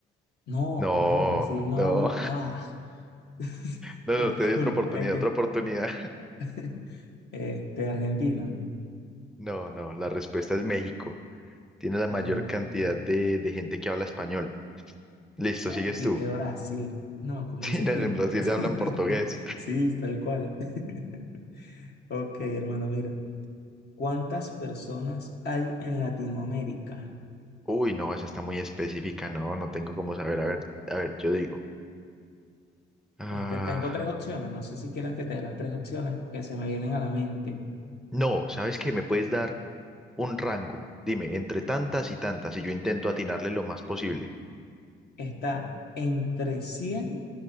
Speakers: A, on the left (about 55°); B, in the centre.
A: No,
B: No,
A: no, Brasil no
B: no,
A: habla. Ah, <laughs>
B: no,
A: disculpa,
B: no, te doy otra oportunidad,
A: es que
B: otra oportunidad. <laughs>
A: <laughs> este, Argentina.
B: No, no, la respuesta es México. Tiene la mayor
A: Ah,
B: cantidad de, de gente que habla español. Listo,
A: bueno,
B: sigues tú.
A: y que Brasil.
B: <laughs>
A: No, comencé
B: Sí, no,
A: fino.
B: en Brasil
A: <laughs>
B: ya hablan portugués.
A: Sí, tal cual. <laughs> Ok, hermano, mira. ¿Cuántas personas hay en Latinoamérica?
B: Uy, no, esa está muy específica, no, no tengo cómo saber. A ver, a ver, yo digo. Ah,
A: Este, tengo tres opciones, no sé si quieras que te dé las tres opciones que se me vienen a la mente.
B: no, ¿sabes qué? Me puedes dar un rango. Dime, entre tantas y tantas, y yo intento atinarle lo más posible.
A: Está entre cien